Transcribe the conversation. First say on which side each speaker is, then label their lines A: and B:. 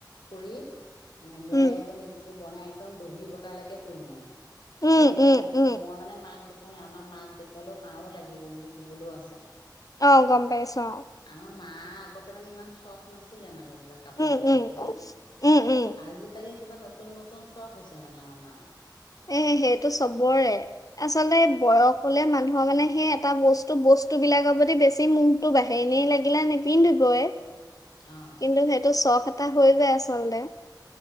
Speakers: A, on the left; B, on the left.
A: কৰি মই
B: উম,
A: একদম এইযোৰ বনাই, একদম দহি বতালৈকে কৰিম মানে।
B: উম,
A: কৰি
B: উম,
A: পেলাই পাছত,
B: উম,
A: মই মানে মাক দেখুৱাই নাই, আমাৰ মাক দেখালও পাৰো, লাগিব বুলি কবলৈও আছে।
B: অ', গম পাইছো অ'।
A: আমাৰ মা আগতে মানে, ইমান চখ নাছিলে মানে, এইবিলাক কাপোৰ-চাপোৰ
B: উম, উম।
A: প্ৰতি,
B: উম, উম,
A: আজিকালি কিবা নতুন, নতুন চখ হৈছে মানে আমাৰ মা।
B: এ সেইটো চবৰে। আচলতে বয়স হ'লে, মানুহৰ মানে সেই এটা, বস্তু, বস্তু বিলাকৰ প্ৰতি বেছি মুহ টো বাঢ়ে, এনেই লাগিলে নিপিন্ধিবয়।
A: অ'।
B: কিন্তু সেইটো, চখ এটা হৈ যায় আচলতে।